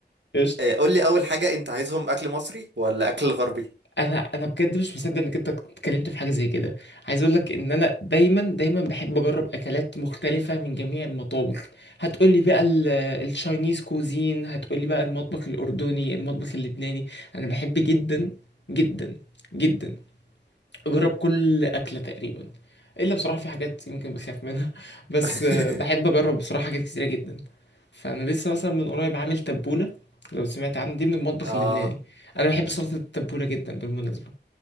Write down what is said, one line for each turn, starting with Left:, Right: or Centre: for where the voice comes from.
Left: قشطة
Right: آه، قول لي اول حاجة انت عايزهم اكل مصري ولا اكل غربي
Left: انا انا بجد مش مصدق انك انت اتكلمت في حاجه زي كده عايز اقول لك ان انا دايما دايما بحب اجرب اكلات مختلفه من جميع المطابخ هتقول لي بقى ال- التشاينيز كوزين هتقول لي بقى المطبخ الاردني المطبخ اللبناني انا بحب جدا جدا جدا جرب كل أكلة تقريبا إلا بصراحة في حاجات يمكن بخاف منها <laughs> بس
Right: <laughs>
Left: آه، بحب أجرب بصراحة حاجات كتيرة جدا فأنا لسه مثلا من قريب عامل تبولة لو سمعت عنها دي من المطبخ
Right: اه
Left: اللبناني أنا بحب سلطة التبولة جدا بالمناسبة